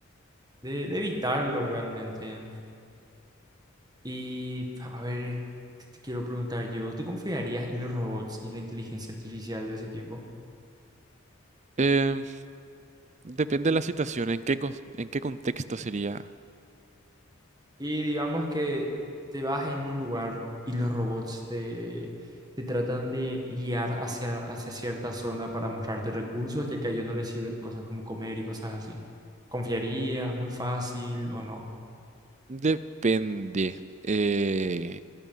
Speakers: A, on the right (about 20°); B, on the right (about 35°).
A: de, de evitarlo realmente. Y a ver, ¿qué te quiero preguntar yo? ¿Tú confiarías en los robots y en la inteligencia artificial de ese tiempo?
B: Eh, depende de la situación, en qué, cons- en qué contexto sería.
A: Y digamos que te vas en un lugar y los robots te, te tratan de guiar hacia, hacia cierta zona para mostrarte recursos, ya que a ellos no les sirven cosas como comer y cosas así. ¿Confiarías muy fácil o no?
B: Depende. eh,